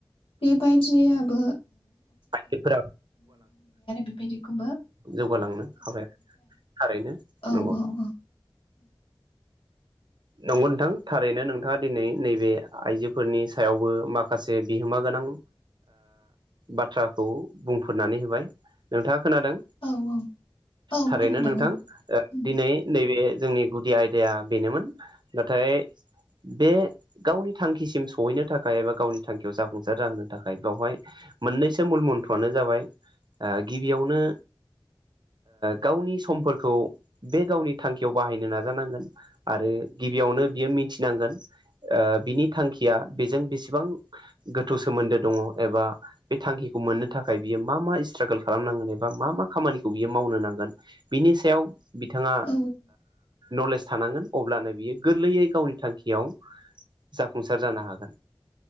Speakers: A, on the left; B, on the right.
A: बेबायदि आबो
B: आइजोफोरा
A: बेबायदिखौबो
B: जौगालांनो हाबाया थारैनो
A: औ-औ-औ
B: नंगौ नंगौ नोंथां थारैनो नोंथाङा दिनै नैबे आइजोफोरनि सायावबो माखासे बिहोमा गोनां बाथ्राखौ बुंफोरनानै होबाय नोंथाङा खोनादों
A: औ औ औ
B: थारैनो
A: खोनादों
B: नोंथां
A: औ उम
B: दिनै नैबे जोंनि गुदि आयदाया बेनोमोन नाथाय बे गावनि थांखिसिम सहैनो थाखाय एबा गावनि थांखियाव जाफुंसार जाहोनो थाखाय बेवहाय मोननैसो मुल मन्थ्रनो जाबाय गिबियावनो गावनि समफोरखौ बे गावनि थांखियाव बाहायनो नाजानांगोन आरो गिबियावनो बियो मिथिनांगोन बिनि थांखिया बेजों बेसेबां गोथौ सोमोन्दो दङ एबा बे थांखिखौ मोननो थाखाय बियो मा मा स्ट्रागोल खालामनांगोन एबा मा मा खामानिखौ बियो मावनो नांगोन बिनि सायाव बिथाङा
A: औ
B: नलेज थानांगोन अब्लानो बियो गोरलैयै गावनि थांखियाव जाफुंसार जानो हागोन